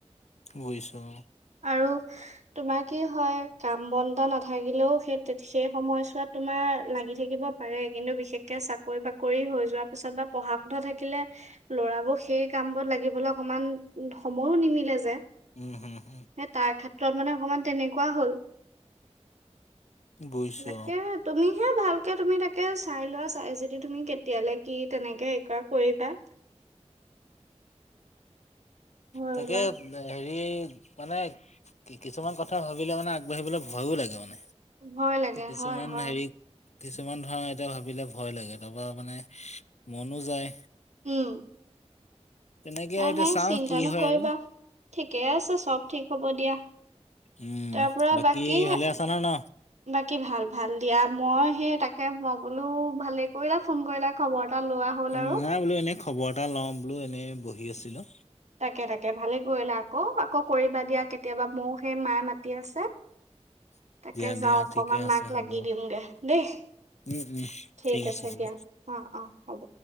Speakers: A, on the left; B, on the right.
A: বুজিছো অ
B: আৰু তোমাৰ কি হয় কাম বন্ধ নাথাকিলেও সেই সেই সময়ছোৱাত তোমাৰ লাগি থাকিব পাৰে কিন্তু বিশেষকে চাকৰি বাকৰি হৈ যোৱাৰ পিছত বা পঢ়া শুন থাকিলে লৰাবোৰ সেই কাম বোৰত লাগিবলৈ অকনমান সময়ো নিমিলে যে
A: উম হুম হুম
B: সেই তাৰ ক্ষেত্ৰত মানে অকণমান তেনেকুৱা হ'ল
A: বুজিছো
B: তাকে তুমিহে ভালকে তুমি তাকে চাই লোৱা চাই যদি তুমি কেতিয়ালে কি তেনেকে হে কৰা কৰিবা ভয়
A: তাকে
B: লোৱা
A: হেৰি মানে কি কিছুমান কথা ভাবিলে মানে আগবাঢ়িবলৈ ভয়ো লাগে মানে
B: ভয় লাগে
A: কিছুমান
B: হয় হয়
A: হেৰি কিছুমান ধৰা এতিয়া ভাবিলে ভয় লাগে তাৰপৰা মানে মনো যায়
B: উম
A: তেনেকে
B: নাই
A: এতিয়া
B: নাই
A: চাওঁ
B: চিন্তা
A: কি
B: নকৰিবা
A: হয় আৰু।
B: ঠিকে আছে চব ঠিক হব দিয়া
A: উম,
B: তাৰ পৰা
A: বাকী
B: বাকীে
A: ভালে আছা ন ন?
B: বাকী কি ভাল ভাল দিয়া মই সেই তাকে মই বোলো ভালে কৰিলা ফোন কৰিলা খবৰ এটা লোৱা হ'ল
A: উম
B: আৰু
A: নাই বোলো এনে খবৰ এটা লওঁ বোলো এনেই বহি আছিলো
B: তাকে তাকে ভালে কৰিলা আকৌ আকৌ কৰিবা দিয়া কেতিয়াবা মও সেই মায়ে মাতি আছে
A: <inaudible>
B: তাকে
A: দিয়া
B: যাওঁ
A: দিয়া
B: অকমান
A: ঠিকে আছে
B: মাক
A: হ'ব।
B: লাগি দিমগে দেই
A: উম, উম,
B: ঠিক আছে
A: হ'ব।
B: দিয়া অ অ হ'ব